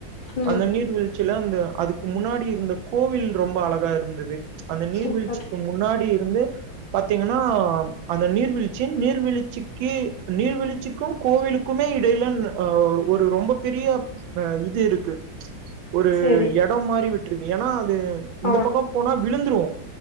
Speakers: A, on the left; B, on the right.
A: ம்
B: அந்த நீர்வீழ்ச்சில அந்த அதுக்கு முன்னாடி இருந்த கோவில் ரொம்ப அழகா இருந்தது அந்த நீர்வீழ்ச்சிக்கு
A: சூப்பர்
B: முன்னாடி இருந்து பாத்தீங்கன்னா அந்த நீர்வீழ்ச்சி நீர் நீர்வீழ்ச்சிக்கு நீர்வீழ்ச்சிக்கும் கோவிலுக்குமே இடையில ஆ ஒரு ரொம்ப பெரிய ஆ இது இருக்கு ஒரு
A: செரி
B: எடம் மாரி விட்டுருக்கு ஏன்னா அது இந்த
A: ஆ
B: பக்க போனா விழுந்துருவோ